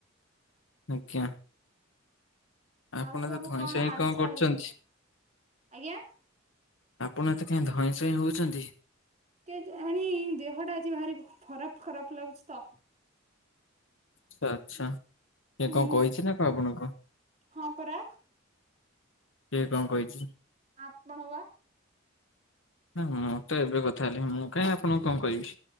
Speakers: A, on the left (about 65°); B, on the right (about 35°).
A: ଆଜ୍ଞା। ଆପଣ
B: ଆଉ ସବୁ
A: ଏତେ ଧଇଁ ସଇଁ ହେଇ
B: ହାଲଚାଲ
A: କଣ କରୁଛନ୍ତି?
B: ଆଜ୍ଞା।
A: ଆପଣ ଏତେ କାହିଁ ଧଇଁ ସଇଁ ହଉଛନ୍ତି?
B: କେଜାଣି ଦେହଟା ଆଜି ଭାରି ଖରାପ ଖରାପ ଲାଗୁଛି ତ।
A: ଆଛା ଆଛା କିଏ
B: ହୁଁ
A: କଣ କହିଛି ନା କଣ ଆପଣଙ୍କୁ?
B: ହଁ ପରା
A: କିଏ କଣ କହିଛି?
B: ଆପଣ ବା।
A: ହଁ ମୁଁ ତ ଏବେ କଥା ହେଲି ମୁଁ କାଇଁ ଆପଣଙ୍କୁ କଣ କହିବି।